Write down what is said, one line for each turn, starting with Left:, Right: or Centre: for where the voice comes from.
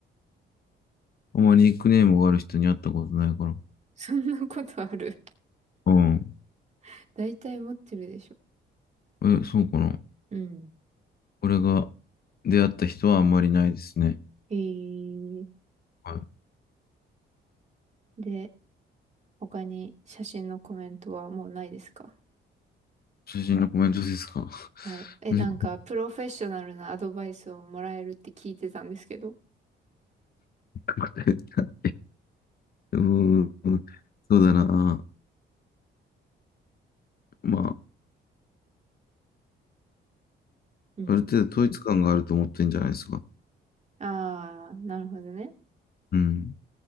Left: あまりニックネームがある人に会ったことないから。
Right: <laughs> そんなことある。
Left: うん。
Right: <laughs> 大体持ってるでしょ。
Left: え、そうかな。
Right: うん。
Left: 俺が出会った人はあんまりないですね。
Right: えー、
Left: はい。
Right: で、他に写真のコメントはもうないですか
Left: 写真のコメントですか。
Right: はい。え、
Left: うん。
Right: なんか、プロフェッショナルなアドバイスをもらえるって聞いてたんですけど。
Left: 答えた。うーん。そうだな。ま
Right: うん。
Left: あ、ある程度統一感があると思ってんじゃないですか。
Right: ああ、なるほどね。
Left: うん。